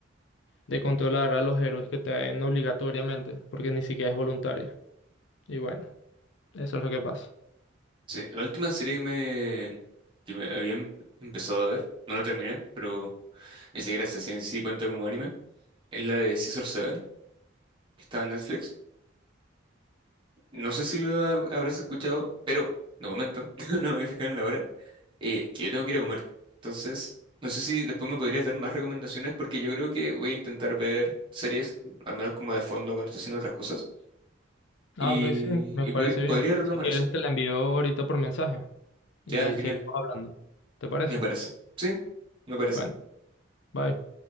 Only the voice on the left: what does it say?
de controlar a los héroes que traen obligatoriamente, porque ni siquiera es voluntario. Y bueno, eso es lo que pasa.
Ah,
ok, sí, me
parece
bien.
Si quieres
te la envío ahorita por mensaje y
seguimos hablando. ¿Te parece?
Bueno, bye.